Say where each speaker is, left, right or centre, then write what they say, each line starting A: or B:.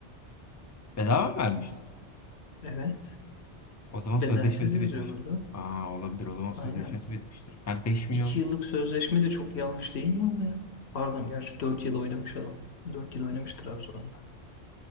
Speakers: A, on the left; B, on the left.
A: Bedava mı vermişiz?
B: Evet.
A: O zaman
B: Bedelsiz
A: sözleşmesi
B: yazıyor
A: bitmiş.
B: burada.
A: Aa olabilir o zaman sözleşmesi
B: Aynen.
A: bitmiştir. Ben beş milyon
B: İki yıllık sözleşme de çok yanlış değil mi ama ya? Pardon gerçi dört yıl oynamış adam. Dört yıl oynamış Trabzon'da.